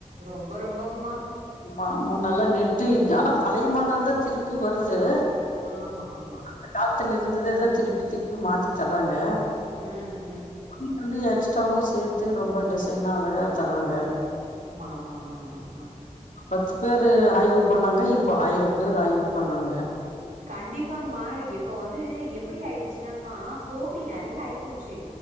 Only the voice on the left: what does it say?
ஆமா முன்னல்லா நெட்டு இருந்து ஆனா பழைய மாடல் தா திருப்பி வருது
அந்த காலத்துல இருந்ததே தா திருப்பி திருப்பி மாத்தி தர்றாங்க <inaudible>
<unintelligible> எக்ஸ்ராவு சேத்து ரொம்ப டிசைனா அழகாக தர்றாங்க
பத்து பேரு ஆய்வு பண்ணாங்க இப்போ ஆயிரம் பேரு ஆய்வு பண்றாங்க